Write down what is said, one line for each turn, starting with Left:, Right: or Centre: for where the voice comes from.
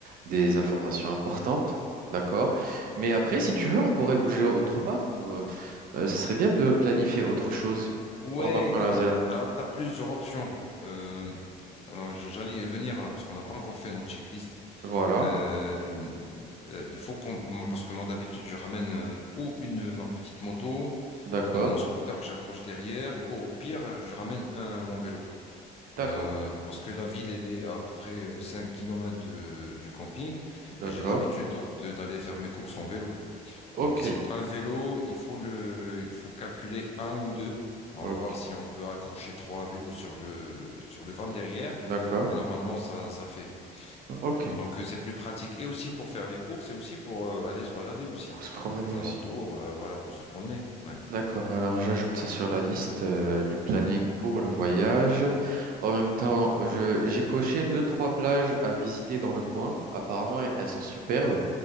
Right: des informations importantes. D'accord. Mais après, si tu veux, on pourrait bouger autre part. Euh, euh, ce serait bien de planifier autre chose
Left: Ouais,
Right: pendant qu'on
Left: alors,
Right: est là.
Left: alors tu as plusieurs options. Euh, alors, j- j'allais y venir, hein, parce qu'on n'a pas encore fait notre checklist.
Right: Voilà.
Left: Euh, euh, il faut qu'on. moi, Parce que moi, d'habitude, je ramène euh, ou une, ma petite moto,
Right: D'accord.
Left: euh, mon scooter que j'accroche derrière, ou au pire, euh, je ramène un, mon vélo.
Right: D'accord.
Left: Euh, parce que la ville, elle est à, à peu près euh, 5 kilomètres du camping
Right: D'accord.
Left: et j'ai l'habitude donc de- d'aller faire mes courses en vélo.
Right: Ok.
Left: Donc si tu as un vélo, il faut le, il faut calculer un ou deux. On
Right: Ok.
Left: va voir si on peut accrocher trois vélos sur le, sur le van derrière,
Right: D'accord.
Left: mais normalement ça, ça le fait.
Right: Ok.
Left: Donc euh, c'est plus pratique et aussi pour faire les courses et aussi pour euh, aller se balader aussi.
Right: Pour se promener
Left: Les alentours,
Right: aussi.
Left: euh, voilà, pour se promener. Ouais.
Right: D'accord. Alors, j'ajoute ça sur la liste euh, du planning pour le voyage. En même temps, je, j'ai coché deux, trois plages à visiter dans le coin. Apparemment, elles elles sont superbes.